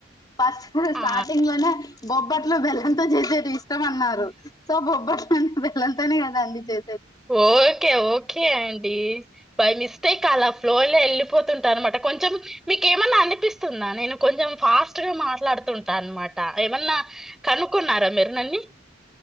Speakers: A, on the left; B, in the centre.
A: ఫస్ట్
B: ఆ!
A: స్టార్టింగ్ లోనే బొబ అప్పట్లో బెల్లంతో చేసేటి ఇష్టం అన్నారు సో బొబ్బట్ బెల్లం తోనే కదా అం చే
B: ఓకే ఓకే అండి బై మిస్టేక్ అలా ఫ్లోలో లో వెళ్ళిపోతుంటా అనమాట కొంచెం మీకేమన్నా అనీ వినిపిస్తుందా నేను కొంచెం ఫాస్ట్ గా మాట్లాడుత ఉంటా అన్నమాట ఆ ఏమన్నా కను కున్నారా మీరు నన్ని